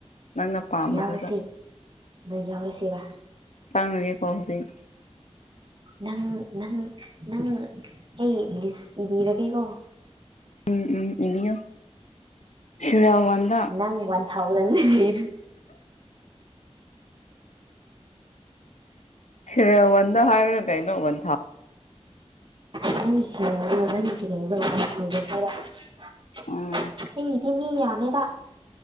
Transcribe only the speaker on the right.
ꯌꯥꯎꯔꯁꯤ ꯑꯗ ꯌꯥꯎꯔꯁꯤꯕ
ꯅꯪ ꯅꯪ ꯅꯪ ꯑꯩ ꯏꯕꯤꯔꯒꯦꯀꯣ
ꯅꯪ ꯋꯥꯟ ꯊꯥꯎꯖꯟ ꯂꯩꯔ
<unintelligible>
ꯑꯩꯒꯤꯗꯤ ꯃꯤ ꯌꯥꯝꯃꯦꯕ